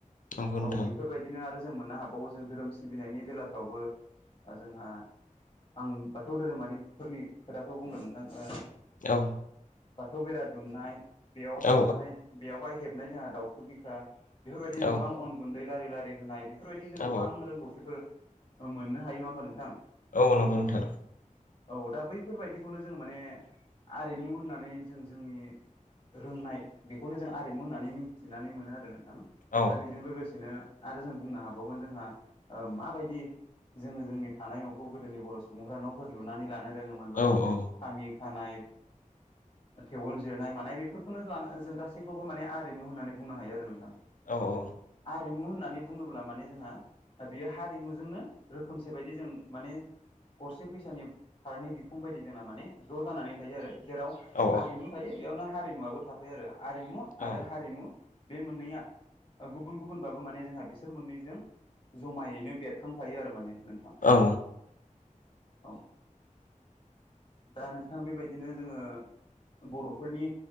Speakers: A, on the left; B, on the left.
A: नंगौ
B: औ
A: नोंथां
B: बेफोरबायदिनो आरो जों मोननो हावो जों धोरोम सिबिनायनि बेलाफ्रावबो जोंहा आं बाथौ धोरोमारिफोरनि खोथाखौ बुंगोन नोंथां।
A: औ।
B: बाथौ बेरा दुमनाय बेयाव हेबनानैहाय
A: औ
B: बेवहाय हेबनाय जोंहा दाावथु बिखा। बेफोरबायदिनो
A: औ
B: गोबां अन गुन्दै लारि लारि होनाय बेफोरबायदि जों
A: औ
B: गोबां रोंगौथिफोर ह मोननो हायो नङा होमबा नोंथां?
A: औ नंगौ नोथां।
B: औ दा बैफोरबायदिखौनो जों माने आरिमु होननानै जों जोंनि। रोंनाय बेखौनो जों आरिमु होननानै मिथिनानै मोनो आरो नोंथां
A: औ
B: दा बेजों लोगोसेनो आरो जों बुंनो हाबावगोन जोंहा ओ माबायदि जोङो जोंनि थानाय नखौ गोदोनि बर सुबुंफोरा नफोर लुनानै लानो रोङोमोन बा
A: औ औ
B: खामि थानाय। थेवल जिरनाय मानाय बेफोरखौनो लानो जों गासैखौबो माने आरिमु होननानै बुंनो हायो आरो नोंथां
A: औ औ।
B: हारिमु होननानै बुङोब्ला माने जोंहा बेयो हारिमुजोंनो रोखोमसे बायदि जों माने गरसे फैस सा फारनै बिखां बायदि जोंना माने ज जानानै थायो आरो जेराव
A: औ
B: आरिमु थायो बेयावनो हा- रिमुवआबो थाफैयो आरो आरिमु आरो
A: औ
B: हारिमु बे मोननैया गुबुन गुबुनबाबो माने जोंहा बिसोर मोननैजों जमायैनो बेरखांफायो आरो माने नोंथां
A: औ
B: औ दा नोंथां बेबायदिनो जोङो बरफोरनि